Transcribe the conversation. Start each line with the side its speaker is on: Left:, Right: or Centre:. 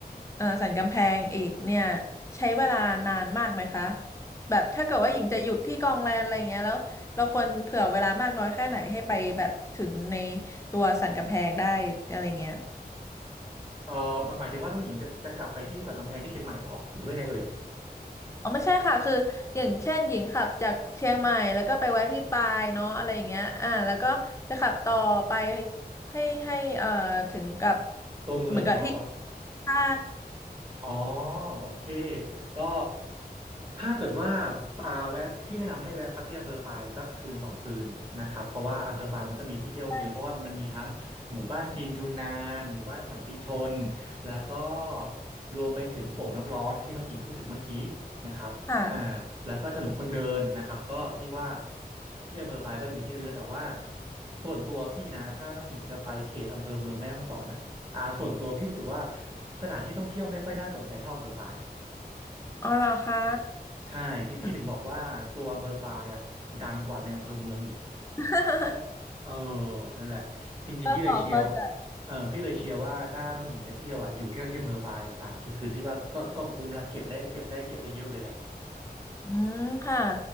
Left: เอ่อสันกำแพงอีกเนี่ยใช้เวลานานมากไหมคะแบบถ้าเกิดว่าหญิงจะหยุดที่กองแลนอะไรอย่างเงี้ยแล้วเราควรเผื่อเวลามากน้อยแค่ไหนให้ไปแบบถึงในตัวสันกำแพงได้อะไรเงี้ย
Right: เออหมายหมายถึงว่าน้องหญิงจะจะกลับไปที่สันกำแพงที่เชียงใหม่เหรอหรือว่าไงเอ่ย
Left: อ๋อไม่ใช่ค่ะคืออย่างเช่นหญิงขับจากเชียงใหม่แล้วก็ไปแวะที่ปายเนาะอะไรอย่างเงี้ยอ่าแล้วก็จะขับต่อไปให้ให้เอ่อถึงกับ
Right: ตัวเมืองเหรอ
Left: เหมือนกับที่ใช่
Right: อ๋อโอเคก็ถ้าเกิดว่าอ่าแวะพี่แนะนำให้แวะพักที่อำเภอปายสักคืนสองคืนนะครับเพราะว่าอำเภอปายมันก็มีที่เที่ยวเยอะเพราะว่ามันมีทั้งหมู่บ้านจีนยูนนานหมู่บ้านสันติชน
Left: ใช่
Right: แล้วก็รวมไปถึงโป่งน้ำร้อนที่น้องหญิงพูดถึงเมื่อกี้นะครับ
Left: ค่ะ
Right: อ่าแล้วก็ถนนคนเดินนะครับก็พี่ว่าที่อำเภอปายก็จะมีที่เที่ยวเยอะแต่ว่าส่วนตัวพี่นะถ้าน้องหญิงจะไปเขตอำเภอเมืองแม่ฮ่องสอนอ่ะอ่าส่วนตัวพี่รู้สึกว่าสถานที่ท่องเที่ยวไม่ค่อยน่าสนใจเท่าอำเภอปาย
Left: อ๋อเหรอคะ
Right: ใช่พี่พี่ถึงบอกว่าตัวอำเภอปายอ่ะดังกว่าในอำเภอเมืองอีก
Left: อืม <laughs>
Right: เออนั่นแหละจริงๆพี่เลยเชียร์ว่า
Left: ก็พอเข้าใจ
Right: เออพี่เลยเชียร์ว่าถ้าน้องหญิงจะเที่ยวอ่ะอยู่เที่ยวที่อำเภอปายสามสี่คืนพี่ว่าก็ก็คุ้มละเก็บได้เก็บได้เก็บได้เยอะเลยแหละ
Left: อืมค่ะ